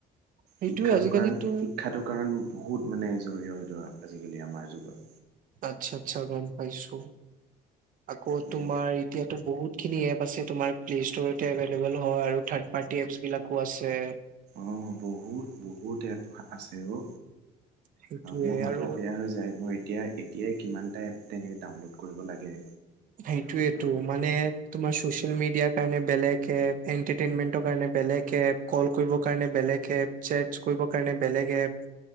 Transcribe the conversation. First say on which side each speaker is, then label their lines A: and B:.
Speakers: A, on the right (about 55°); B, on the right (about 75°).
A: সেইটোয়ে
B: শিক্ষাটো
A: আজিকালিতো
B: কাৰণ শিক্ষাটো কাৰণ বহুত মানে জৰিয় সেইটো আজিকালি আমাৰ যুগত
A: আচ্ছা আচ্ছা ৰন পাইছো আকৌ
B: হ'লে
A: তোমাৰ এতিয়াতো বহুত খিনি এপ আছে তোমাৰ প্লে ষ্টৰতে এভেইলেবল হয় আৰু থাৰ্ড পাৰ্টি এপছ বিলাকো আছে
B: অ বহুত বহুত এপ আছে অ
A: সেইটোয়ে
B: মোৰ মাঠা
A: আৰু
B: বেয়া হৈ য়ায মোৰ এতিয়া এতিয়াই কিমানটা এপ এনেই ডাউনলোড কৰিব লাগে
A: সেইটোৱেটো মানে তোমাৰ ছচিয়েল মিডিয়াৰ কাৰণে বেলেগ এপ, এটাৰটেইনমেন্টৰ কাৰণে বেলেগ এপ, কল কৰিবৰ কাৰণে বেলেগ এপ, চেটচ কৰিবৰ কাৰণে বেলেগ এপ,